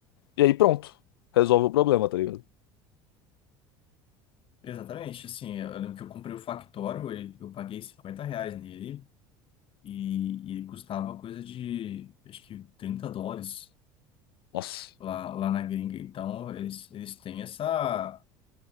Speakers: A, on the left; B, on the left.
A: E aí pronto. Resolve o problema, tá ligado?
B: Exatamente, assim, eu lembro que eu comprei o Factório, ele- eu paguei 50 reais nele e, e ele custava coisa de, acho que 30 dólares
A: Nossa.
B: lá, lá na gringa. Então, eles, eles têm essa,